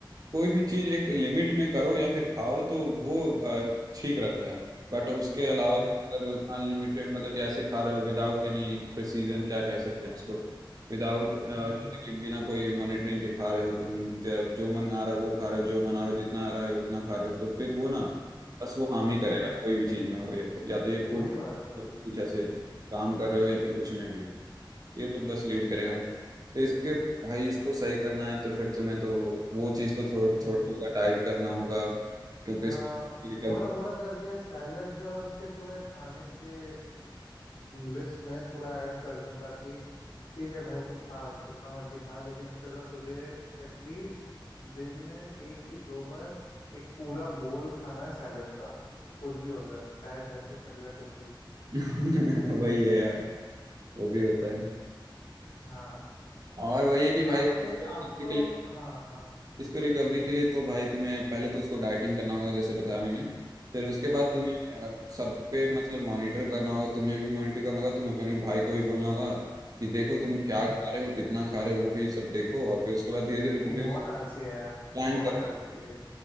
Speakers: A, on the right (about 45°); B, on the left (about 75°).
A: कोई भी चीज एक लिमिट में करो या फिर खाओ तो वो अ, ठीक रहता है बट उसके अलावा
B: जी
A: अगर अनलिमिटेड मतलब कि ऐसे खा रहे हो विदाउट एनी प्रिसीजन क्या कह सकते हैं उसको विदाउट जैसे
B: हम्म हम्म
A: कि बिना कोई मॉनिटरिंग के खा रहे हो तुम ज- जो मन आ रहा है वो खा रहे हो जो मन आ रहा है जितना आ रहा है उतना खा रहे हो तो फिर वो ना
B: हम्म
A: बस वो हार्म ही
B: हम्म,
A: करेगा
B: हम्म।
A: कोई भी चीज में हो ये या तो ये
B: वही
A: फूड
B: बात है
A: कुछ ऐसे काम कर रहे हो या फिर कुछ में भी ये तो बस लीड करेगा तो इसके भाई इसको सही करना है तो फिर तुम्हें तो वो चीज़ तो छोड़ छोड़ने
B: हम्म।
A: का डाइट करना होगा क्योंकि
B: हाँ
A: इसका रिकवरी
B: थोड़ा थोड़ा करके सैलेड जो है उसके पूरे खाने के लिस्ट में थोड़ा ऐड कर दूं ताकि ठीक है भाई तू खा जितना मर्जी खा लेकिन इसके साथ तुझे एटलीस्ट दिन में एक ही दो बार एक पूरा बोल खाना है सैलेड का कुछ भी हो जाए चाहे धरती फट जाए कुछ भी
A: <laughs> वही है यार वो भी होता है
B: हाँ
A: और वही है कि भाई
B: आपके
A: इसको
B: आपको
A: recovery के लिए
B: हाँ हाँ
A: इसके रिकवरी के लिए तो भाई तुम्हें पहले तो उसको डाइटिंग करना होगा जैसे बताया मैंने फिर उसके बाद
B: हम्म
A: तुम्हें अ, सब पे मतलब मॉनिटर करना होगा तुम्हें भी मॉनिटर करना होगा तुम अपने भाई को भी बोलना होगा कि देखो तुम क्या
B: हम्म
A: खा रहे हो कितना खा रहे हो वो भी सब देखो और फिर उसके बाद धीरे धीरे
B: वो बहुत आलसी है यार
A: प्लान
B: बहुत
A: करो
B: आलसी है